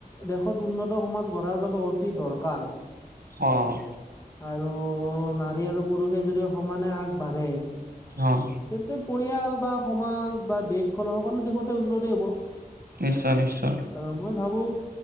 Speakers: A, on the left; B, on the right.
A: দেশত উন্নত সমাজ গঢ়াৰ বাবে অতি দৰকাৰ
B: অঁ।
A: আৰু নাৰী আৰু পুৰুষে যদি সমানে আগবাঢ়ে
B: অঁ।
A: তেন্তে পৰিয়াল বা সমাজ বা দেশখন সকলো দিশতে উন্নতি হ'ব।
B: নিশ্চয় নিশ্চয়।
A: আৰু মই ভাবো